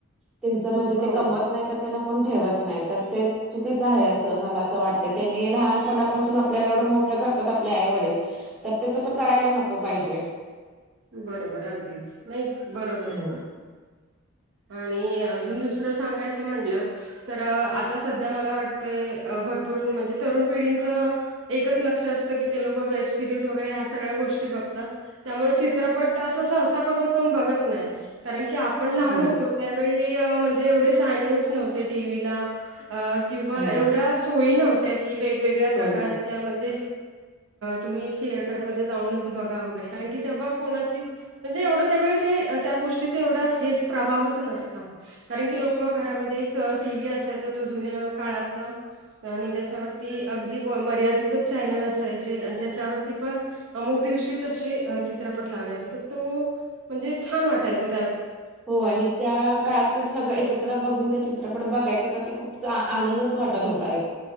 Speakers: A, in the centre; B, on the right.
A: त्यांचं म्हणजे
B: हो
A: ते कमवत नाही तर त्यांना कोण ठेवत नाही तर ते चुकीच आहे असं मला असं वाटतं त्यांनी लहानपणापासून आपल्याला एवढं मोठं करतात आपले आई वडील तर ते तसं करायला नको पाहिजे
B: बरोबर अगदीच नाही बरोबर
A: हो
B: आहे आणि अजून दुसरं सांगायचं म्हणलं तर आता सध्या मला वाटत भरपूर म्हणजे तरुण पिढींचं एकच लक्ष असत की ते लोक वेब सिरीज वगैरे ह सगळ्या गोष्टी बघतात त्यामुळे चित्रपट अस सहसा करून कोण बघत नाही कारण की आपण लहान
A: हो
B: होतो त्यावेळी म्हणजे एवढे चॅनल्स नव्हते टीव्हीला आ किंवा
A: हो
B: एवढ्या सोयी नव्हत्या कि वेगवेगळ्या
A: सोय
B: प्रकारच्या म्हणजे तुम्ही थिएटरमध्ये जाऊनच बघा वगैरे कारण की तेव्हा कोणाची म्हणजे एवढं त्यावेळी ते त्या गोष्टीचा एवढा हेच प्रभावच नसता कारण की लोक घरामध्ये एक टीवही असायचा तो जुन्या काळातला आणि त्याच्यावरती अगदी मर्यादित चॅनल असायचे आणि त्याच्यावरती पण अमुक दिवशी तशे चित्रपट लागायचे तो म्हणजे छान वाटायचा
A: हो आणि त्या काळात कसं सगळं एकत्र बघून त्या चित्रपट बघायचं तर ते खूप आनंदच वाटत होता एक